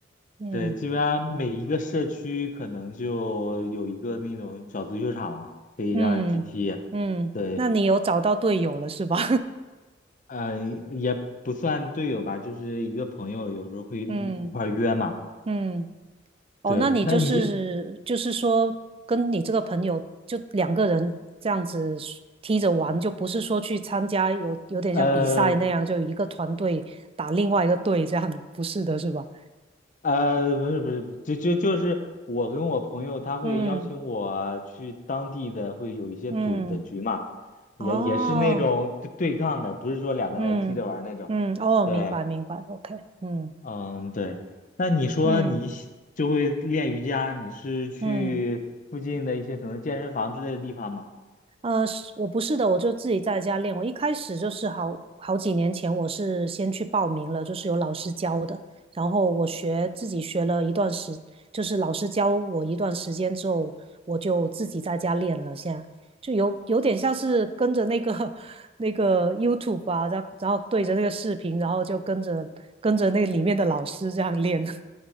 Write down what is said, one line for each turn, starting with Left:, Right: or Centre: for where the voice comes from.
Right: 嗯
Left: 对，基本上每一个社区可能就有一个那种小足球场嘛，可以让人去踢。
Right: 嗯嗯，
Left: 对，
Right: 那你有找到队友了是吧？
Left: 嗯、也不算队友吧，就是一个朋友，有时候会一一块儿约嘛。
Right: <laughs> 嗯嗯。哦，
Left: 对，
Right: 那你就是就是说，
Left: 那你
Right: 跟你这个朋友就两个人这样子踢着玩，就不是说去参加有有点像比赛那样，
Left: 呃
Right: 就一个团队打另外一个队这样，不是的，是吧？
Left: 呃，不是不是不是，就就就是我跟我朋友，他会邀请我去当地的，
Right: 嗯
Left: 会有一些组的局嘛，
Right: 嗯，
Left: 也也是那种对对抗的，
Right: 哦，
Left: 不是说两个人踢着玩儿那种。
Right: 嗯嗯，哦，
Left: 对。
Right: 明白明白，OK，嗯
Left: 嗯，对。那你说你喜就会练瑜伽，
Right: 嗯
Left: 你是去附近的一些可能健身房之类的地方吗？
Right: 嗯。呃，是我不是的，我就自己在家练。我一开始就是好好几年前，我是先去报名了，就是有老师教的。然后我学自己学了一段时，就是老师教我一段时间之后，我就自己在家练了。现在就有有点像是跟着那个 <laughs> 那个 YouTube 啊，然后然后对着那个视频，然后就跟着跟着那里面的老师这样练。<laughs>